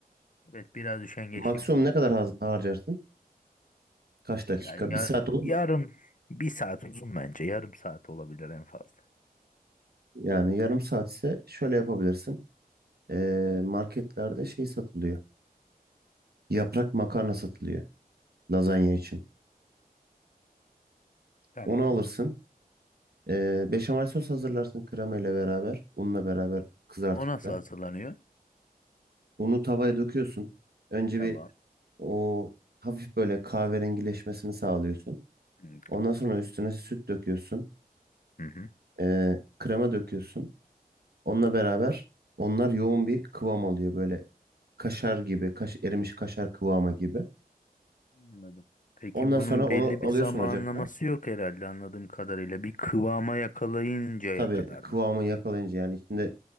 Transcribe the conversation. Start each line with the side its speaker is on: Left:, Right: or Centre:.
Left: Evet biraz üşengeçlik
Right: Maksimum
Left: var.
Right: ne kadar har- harcarsın? Kaç dakika?
Left: Yani yar,
Right: Bir saat olur
Left: yarım
Right: mu?
Left: bir saat uzun bence yarım saat olabilir en fazla.
Right: Yani yarım saat ise şöyle yapabilirsin. Ee, marketlerde şey satılıyor. Yaprak makarna satılıyor lazanya için.
Left: Tamam.
Right: Onu alırsın. Ee, beşamel sos hazırlarsın krema ile beraber, unla beraber kızartıp
Left: O nasıl
Right: da.
Left: hazırlanıyor?
Right: Unu tavaya döküyorsun. Önce
Left: Tamam.
Right: bir o hafif böyle kahverengileşmesini sağlıyorsun.
Left: Hı
Right: Ondan sonra üstüne süt döküyorsun.
Left: hı.
Right: Ee, krema döküyorsun. Onunla beraber onlar yoğun bir kıvam alıyor böyle kaşar gibi, kaş, erimiş kaşar kıvamı gibi.
Left: Anladım. Peki
Right: Ondan
Left: bunun
Right: sonra
Left: belli
Right: onu alıyorsun
Left: bir zamanlaması
Right: ocaktan.
Left: yok herhalde anladığım kadarıyla. Bir kıvama yakalayıncaya
Right: Tabii
Left: kadar
Right: kıvamı
Left: mı?
Right: yakalayınca yani içinde